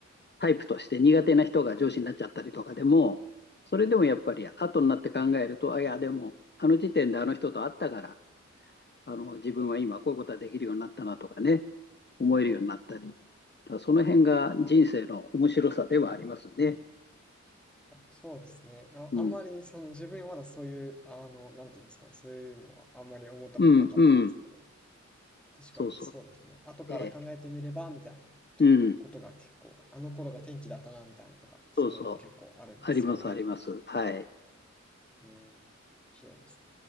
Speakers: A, on the left; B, in the centre.
A: タイプとして苦手な人が上司になっちゃったりとかでも、それでもやっぱり後になって考えると、あ、いや、でも、あの時点であの人と会ったから、あの、自分は今こういうことができるようになったなとかね、思えるようになったり。その辺が人生の面白さではありますね。
B: やっぱそうですね。あ、
A: うん。
B: あんまりその自分はまだそういう、あの、なんていうんですかね、そういうのはあんまり思ったことなかったんですけど、
A: うん、うん。
B: 確かにそうですね。
A: そうそ
B: 後から考えてみれば、
A: う。ええ
B: みたいなとことが結構、
A: うん。
B: あの頃が天気だったな、みたいなとか、そういうのも結構あるんですよね。
A: そうそう。あります、あります。はい。
B: えー、面白いです。